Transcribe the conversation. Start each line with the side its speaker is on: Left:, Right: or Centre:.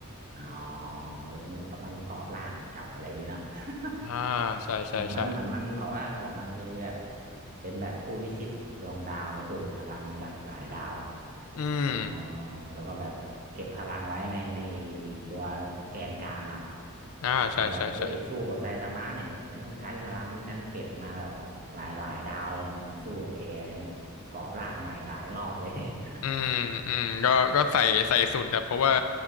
Right: อ๋อเออมันมันประกอบร่างกลับอะไรอย่างนี้เนาะ
Left: อ่า
Right: <laughs>
Left: ใช่ใช่ใช่
Right: เหมือนมันเหมือนมันบอกว่ามันบอกมันไปแบบเป็นแบบผู้พิชิตดวงดาวไปดูดพลังมาจากหลายดาว
Left: อืม
Right: อ๋อแล้วก็แบบเก็บพลังไว้ในในไอ้ไอ้ตัวแกนกลางเนาะ
Left: อ่าใช่ใช่ใช่
Right: แล้วก็แบบเฮ้ยสู้กับไซตามะเนี่ยฉันต้องใช้พลังที่ฉันเก็บมาแบบหลายหลายดาวเลยเนี่ยมาสู้กับแกอะไรอย่างนี้ประกอบร่างใหม่หลายรอบเลย
Left: อืมอืมก็ก็ใส่ใส่สุดอะเพราะว่า
Right: <laughs> เอ